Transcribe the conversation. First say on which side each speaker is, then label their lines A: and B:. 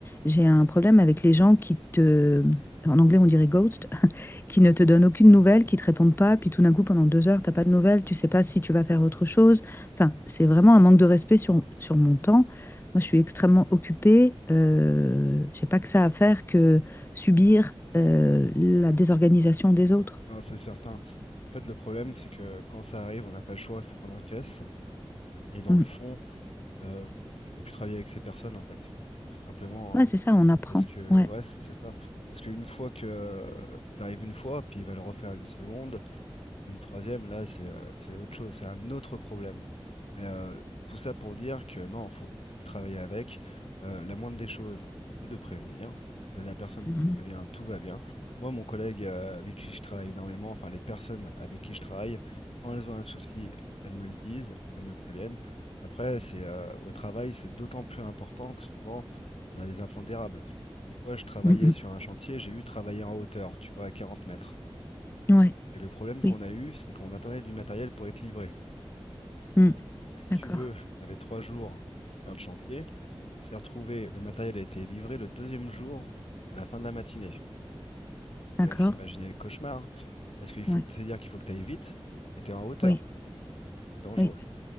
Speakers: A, on the left (about 20°); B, on the left (about 75°).
A: J'ai un problème avec les gens qui te, en anglais on dirait ghost, <laughs> qui ne te donnent aucune nouvelle, qui te répondent pas, puis tout d'un coup pendant deux heures t'as pas de nouvelles, tu sais pas si tu vas faire autre chose. Enfin, c'est vraiment un manque de respect sur, sur mon temps. Moi, je suis extrêmement occupée. Euh, j'ai pas que ça à faire que subir euh, la désorganisation des autres.
B: Non, c'est certain. En fait, le problème, c'est que quand ça arrive, on n'a pas le choix, il faut qu'on encaisse. Et dans
A: Mm.
B: le fond, euh, il faut plus travailler avec ces personnes, en fait. Tout simplement,
A: Ouais,
B: hein.
A: c'est ça, on apprend.
B: Parce que,
A: Ouais.
B: ouais, c'est c'est ça. Parce qu'une fois que ça t'arrive une fois, puis il va le refaire une seconde, Une troisième, là, c'est euh, c'est autre chose, c'est un autre problème. Mais euh, tout ça pour dire que non, faut plus travailler avec. Euh, la moindre des choses, c'est de prévenir. Que la personne
A: Mhm.
B: te prévient, tout va bien. Moi, mon collègue euh, avec qui je travaille énormément, enfin les personnes avec qui je travaille, quand elles ont un souci, elles me le disent, elles me préviennent. Après, c'est euh, au travail, c'est d'autant plus important que souvent, on a des impondérables. Une fois, je travaillais
A: Mhm.
B: sur un chantier, j'ai eu travailler en hauteur, tu vois, à 40 mètres.
A: Ouais,
B: Et le problème qu'on
A: oui.
B: a eu, c'est qu'on attendait du matériel pour être livré.
A: Mm.
B: Donc si
A: D'accord,
B: tu veux, on avait trois jours pour faire le chantier. On s'est retrouvé, le matériel a été livré le deuxième jour à la fin de la matinée. Je
A: d'accord.
B: te laisse imaginer le cauchemar, parce qu'il faut
A: Ouais.
B: que, c'est-à-dire qu'il faut que tu ailles vite, mais tu es en hauteur,
A: Oui,
B: donc c'est dangereux.
A: oui,